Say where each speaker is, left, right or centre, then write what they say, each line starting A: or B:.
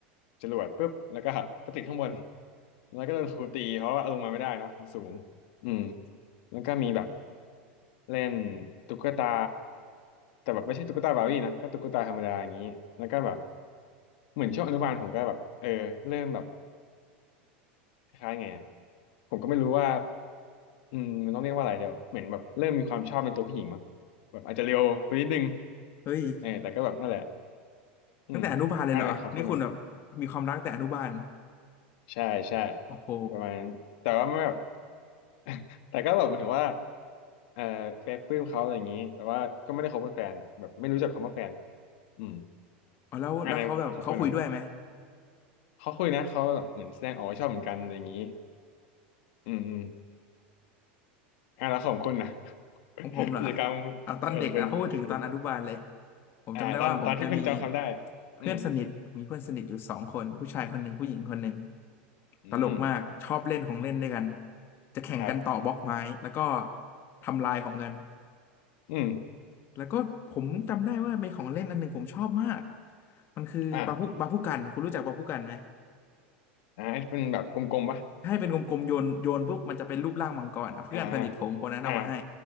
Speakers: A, on the left; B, on the left.
A: จรวดปุ๊บแล้วก็ไปติดข้างบนแล้วก็โดนครูตีเพราะว่าเอาลงมาไม่ได้เนอะมันสูงอืมแล้วก็มีแบบเล่นตุ๊กตาแต่แบบไม่ใช่ตุ๊กตาบาร์บี้นะก็ตุ๊กตาธรรมดาอย่างนี้แล้วก็แบบเหมือนช่วงอนุบาลผมก็แบบเออเริ่มแบบคล้ายๆไง ผมก็ไม่รู้ว่าอืมมันต้องเรียกว่าอะไรเดี๋ยวเหมือนแบบเริ่มมีความชอบในตัวผู้หญิงมั้งแบบอาจจะเร็วไปนิดนึง
B: เฮ้ย
A: เออแต่ก็แบบนั่นแหละอืม
B: ตั้งแต่อนุบาลเลยเหรอนี่คุณแบบมีความรักแต่อนุบาล
A: อันไหขอบคุณนะใช่ใช่
B: โอ้โห
A: ประมาณนั้นแต่ว่าไม่แบบ <laughs> แต่ก็แบบหมายถึงว่าเออเคยปลื้มเขาอะไรอย่างนี้แต่ว่าก็ไม่ได้คบเป็นแฟนแบบไม่รู้จักคำว่าแฟนอืม
B: อ๋อแล้วแล้วเขาแบบเขาคุยด้วยไหม
A: อันไหขอบคุณนะเขาคุยนะเขาแบบเหมือนแสดงออกว่าชอบเหมือนกันอะไรอย่างนี้อืมอืมอ่ะแล้วของคุณนะ
B: ของผมเหรอ
A: <laughs> กิจกรรมเออของคุณตอนเด็ก
B: เอาตอนเด็กนะพูดถึงตอนอนุบาลเลยผมจำได้ว่าผมจะมี
A: อ่าตอนตอนที่คุณจำคำได้
B: เพื่อนสนิทมีเพื่อนสนิทอยู่สองคนผู้ชายคนหนึ่งผู้หญิงคนหนึ่ง
A: อืมอืม
B: ตลกมากชอบเล่นของเล่นด้วยกันจะแข่งกันต่อบล็อกไม้แล้วก็
A: ครับ
B: ทำลายของกัน
A: <laughs> อืม
B: แล้วก็ผมจำได้ว่ามีของเล่นอันหนึ่งผมชอบมากมันคือบาพุบาพุกันคุณรู้จักบาพุกันไหม
A: อ่าอ่าเป็นแบบกลมๆปะ
B: ให้เป็นกลมๆโยนโยนปุ๊บมันจะเป็นรูปร่างมังกรอ่ะเพื่อนสนิทผมคนนั้นเอามาให้
A: อ่าอ่า